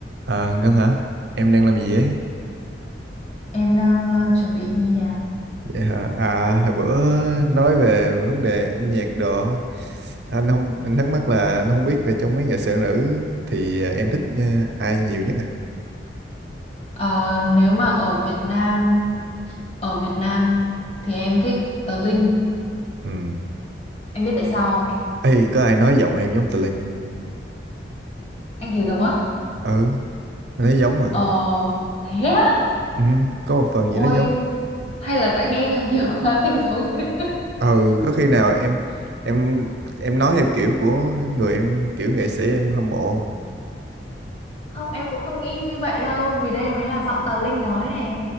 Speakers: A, on the right (about 65°); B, on the left (about 35°).
A: À, Ngân hả? Em đang làm gì ấy?
B: Em đang ờ, chuẩn bị nghe nhạc.
A: Vậy hả? À, hồi bữa nói về vấn đề âm nhạc đồ, á, anh không anh thắc mắc là anh không biết là trong mấy nghệ sĩ nữ thì em thích ờ, ai nhiều nhất à?
B: Ờ, nếu mà ở Việt Nam, ở Việt Nam thì em thích Tờ Linh.
A: Ừ.
B: Em biết tại sao không?
A: Ê, có ai nói giọng em giống Tà Linh không?
B: Anh thấy giống á?
A: Ừ, anh thấy giống mà.
B: Ờ, thế á?
A: Ừ, có một phần gì
B: Ôi,
A: đó giống.
B: hay là tại nghe nhạc nhiều quá thành giống. <laughs>
A: Ừ, có khi nào em em em nói theo kiểu của người em kiểu nghệ sĩ em hâm mộ.
B: Không, em cũng không nghĩ như vậy đâu, vì đây mới là giọng Tờ Linh nói nè.